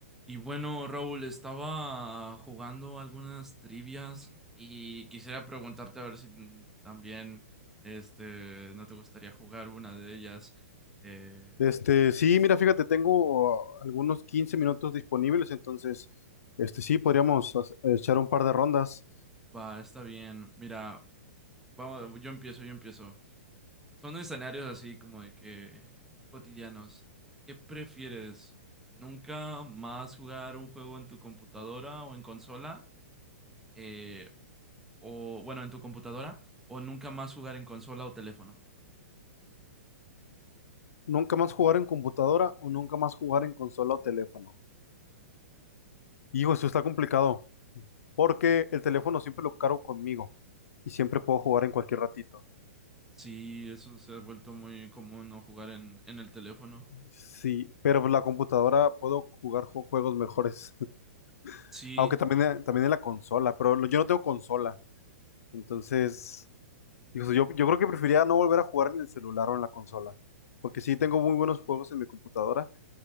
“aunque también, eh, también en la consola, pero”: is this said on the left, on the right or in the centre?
Left